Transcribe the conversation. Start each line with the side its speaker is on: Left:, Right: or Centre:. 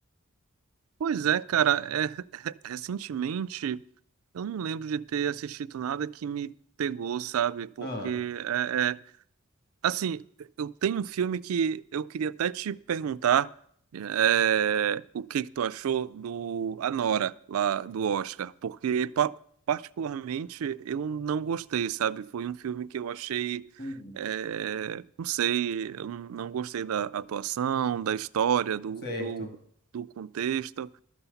Right: Pois é, cara, é, <laughs> recentemente. Eu não lembro de ter assistido nada que me pegou, sabe? Porque
Left: Ah,
Right: é, é- assim, eu tenho um filme que eu queria até te perguntar é, o que que tu achou do Anora lá do Oscar, porque pa- particularmente eu não gostei, sabe? Foi um filme que eu achei
Left: hum,
Right: é, não sei, eu não gostei da atuação, da história, do,
Left: certo.
Right: do, do contexto.